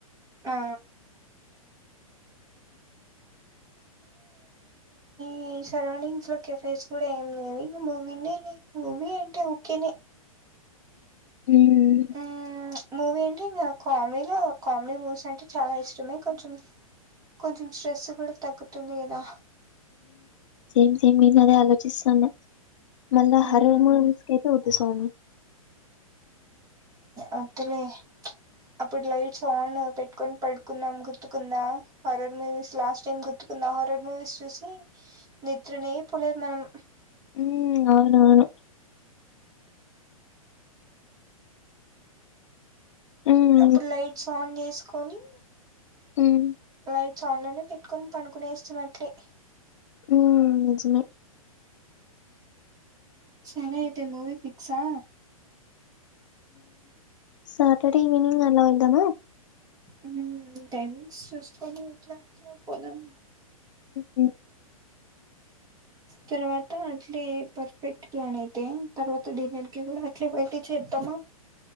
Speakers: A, on the right; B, on the left.
A: ఆ మీ సరౌండింగ్స్ లో కెఫేస్ కూడా ఏం లేవు ఇంక మూవీనే మూవీ అంటే ఓకేనే
B: మ్మ్
A: మ్మ్ మూవీ అంటే ఇంకా కామెడీలో కామెడీ మూవీస్ అంటే చాలా ఇష్టమే కొంచెం కొంచెం స్ట్రెస్ కూడా తగ్గుతుంది కదా
B: సేమ్ సేమ్ నేను అదే ఆలోచిస్తాన మల్ల
A: మ్మ్
B: హారర్ మూవీస్ అయితే <unintelligible> <unintelligible>
A: అంతలే అప్పుడు లైట్స్ ఆన్ పెట్టుకొని పడుకున్నాం గుర్తుకుందా హరర్ మూవీస్ లాస్ట్ టైం గుర్తుకుందా హర్రర్ మూవీస్ చూసి నిద్రనే పోలేదు మనం
B: ఉ అవును అవును హ్మ్.
A: అప్పుడు లైట్స్ ఆన్ చేసుకొని
B: మ్మ్
A: <unintelligible> ఆన్ లోనే పెట్టుకొని పనుకునేస్తూమి అట్లే
B: ఉ నిజమే
A: సరే అయితే మూవి ఫిక్సా
B: సాటర్డే ఈవినింగ్ అలా వెళ్దామా
A: ఉ టైమింగ్స్ చూసుకొని ఎట్లా అట్లా పోదాం
B: ఉ
A: తర్వాత అట్లే పర్ఫెక్ట్ ప్లాన్ అయితే తర్వాత డిన్నర్ కి కూడా అట్లే బయటి చేద్దామా